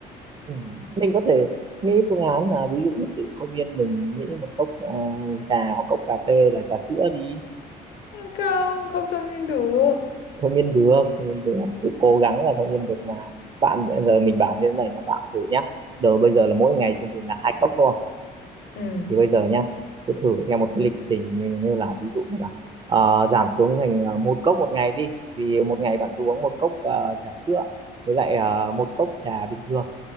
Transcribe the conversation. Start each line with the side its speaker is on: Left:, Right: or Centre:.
Right: ừ, mình có thể nghĩ phương án là ví dụ như tự thôi miên mình nghĩ một cốc ờ, trà hoặc cốc cà phê là trà sữa đi
Left: Không, không thôi miên được.
Right: thôi miên được thôi miên được cứ cố gắng là thôi miên được mà bạn giờ mình bảo như thế này nha bạn thử nhá giờ bây giờ là mỗi ngày trung bình là hai cốc luôn
Left: Ừ,
Right: thì bây giờ nhá cứ thử theo một cái lịch trình như, như là ví dụ như là ờ, giảm xuống thành ờ, một cốc một ngày đi vì một ngày bạn sẽ uống một cốc ờ, trà sữa với lại ờ, một cốc trà bình thường